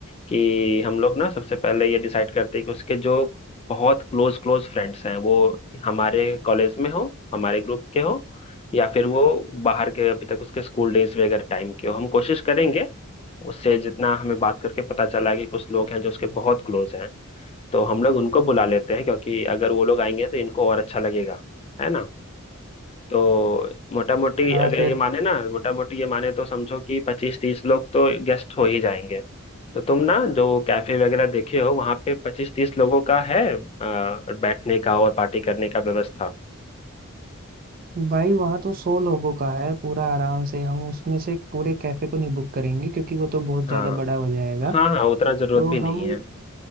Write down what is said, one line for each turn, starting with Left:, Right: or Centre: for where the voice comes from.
Left: कि हम लोग ना सबसे पहले ये डिसाइड करते हैं कि उसके जो बहुत क्लोज क्लोज फ्रेंड्स हैं वो हमारे कॉलेज में हो हमारे ग्रुप के हो या फिर वो बाहर के अभी तक उसके स्कूल डेज वगैरह टाइम के हो हम कोशिश करेंगे उससे जितना हमें बात करके पता चला है कि कुछ लोग हैं जो उसके बहुत क्लोज हैं तो हम लोग उनको बुला लेते हैं क्योंकि अगर वो लोग आएंगे तो इनको और अच्छा लगेगा है तो मोटा मोटी
Right: हाँ
Left: अगर
Right: फिर
Left: ये माने ना मोटा मोटी ये माने तो समझो कि पच्चीस तीस लोग तो गेस्ट हो ही जाएंगे तो तुम ना जो कैफे वगैरह देखे हो वहां पे पच्चीस तीस लोगों का है अ, बैठने का और पार्टी करने का व्यवस्था
Right: भाई वहाँ तो सौ लोगों का है पूरा आराम से हम उसमें से पूरे कैफे को नहीं बुक करेंगे क्योंकि वो तो बहुत ज्यादा
Left: हाँ
Right: बड़ा हो जाएगा
Left: हाँ हाँ उतना जरूरत
Right: तो
Left: भी नहीं
Right: हम
Left: है